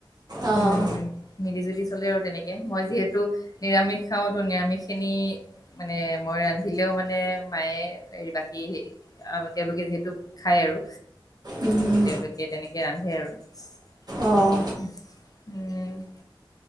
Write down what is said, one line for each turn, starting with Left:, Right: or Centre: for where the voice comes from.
Right: অঁ
Left: উমঁ মিলি জুলি চলে আৰু তেনেকে মই যিহেতু- নিৰামিষ খাওঁতো নিৰামিষ খিনি- মানে মই ৰান্ধিলেও মানে মায়ে হে বাকী তেওঁলোকে যিহেতু খাই আৰু
Right: উম, উম।
Left: তেওঁলোকে তেনেকে ৰান্ধে আৰু। ওম
Right: অঁ
Left: ওম উমঁ!